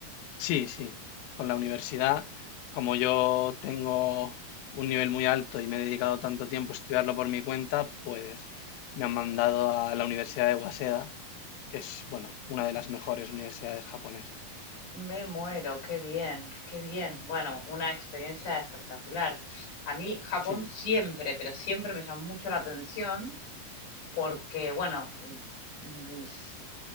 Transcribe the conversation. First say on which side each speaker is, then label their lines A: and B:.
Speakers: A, on the left (about 85°); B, on the left (about 65°).
A: Sí, sí, con la universidad, como yo tengo un nivel muy alto y me he dedicado tanto tiempo a estudiarlo por mi cuenta, pues me han mandado a la Universidad de Waseda, que es, bueno, una de las mejores universidades japonesas.
B: Me muero, qué bien, qué bien. Bueno, una experiencia espectacular. A mí Japón
A: Sí.
B: siempre, pero siempre me llamó mucho la atención porque, bueno, m- mis,